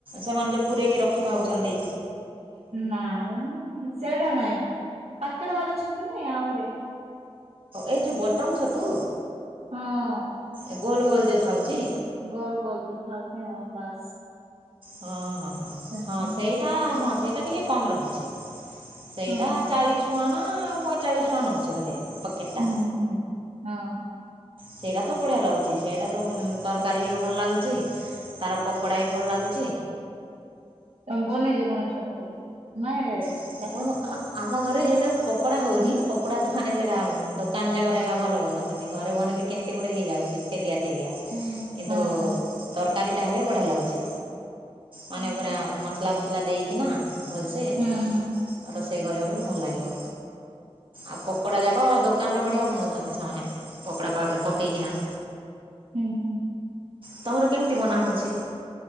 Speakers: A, on the right; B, on the right.
A: ସେମାନେ ଯେଉଁ ପୂରେଇକି ରଖିଥାଉଚନ୍ତି।
B: ନାଇଁ ସେଟା ନାଇଁ ପାକେଟେ ବାଲା ଛତୁ ନୁଏଁ ଆଉ ଗୋଟେ।
A: ଏଇ ଯୋଉ ବଟମ ଛତୁ।
B: ହଁ।
A: ଏ ଗୋଲ ଗୋଲ ଯୋ ଥାଉଚି।
B: ଗୋଲ ଗୋଲ ଯ ଥାଉଚ ହ ବାସ୍।
A: ହଁ ହଁ ହ
B: ସେମିତି
A: ହଁ ସେଇଟା ହଁ ସେଇଟା ଟିକେ କମ ରହୁଛି ସେଇଟା
B: ହଁ।
A: ଚାଳିଶ ଟଙ୍କା ନା ପଇଁଚାଳିଶ ଟଙ୍କା ନେଉଛି ବୋଧେ। ପକେଟା।
B: ହୁଁ ହୁଁ ହଁ
A: ସେଇଡା ତ ବଢ଼ିଆ ଲାଗୁଚି ସେଇଡା ତ ତରକାରୀ ଭଲ ଲାଗୁଚି। ତାର ପକୋଡ଼ା ବି ଭଲ ଲାଗୁଚି।
B: ତମ୍ ବନେଇଚ କଣ ଛତୁ <unintelligible>
A: <unintelligible>
B: ବାସ କରୁଛ?
A: ଆମ ଘରେ ହେଲେ ପକୋଡା ହଉନି ପକୋଡା ତ ମାନେ ସେଡା ଦୋକାନ ଜାକରେ ଭଲ ବନଉଛନ୍ତି ଘରେ ବନେଇଲେ କେମିତି ଗୋଟେ ହେଇଯାଉଚି ତେଲିଆ ତେଲିଆ
B: ହଁ
A: କିନ୍ତୁ
B: ହଁ
A: ତରକାରୀ ଟା ହେଲେ ବଢିଆ ଲାଗୁଚି।
B: ହୁଁ
A: ମାନେ ପୁରା ମସଲା ଫସଲା ଦେଇକିନା ଭଲସେ--'
B: ହୁଁ ହୁଁ ହୁଁ।
A: ରୋଷେଇ କରିବା ବୋଲି ଭଲ ଲାଗିବ ଆଉ ପକୋଡ଼ା ଯାକ ଦୋକ ଦୋକାନରେ ବଢ଼ିଆ ବନଉଚନ୍ତି ସେମାନେ ପକଡ଼ା ପାଡ଼ର ପକେଇକିନା।
B: ହୁଁ ହୁଁ।
A: ତମର କେମିତି ବନା ହଉଚି।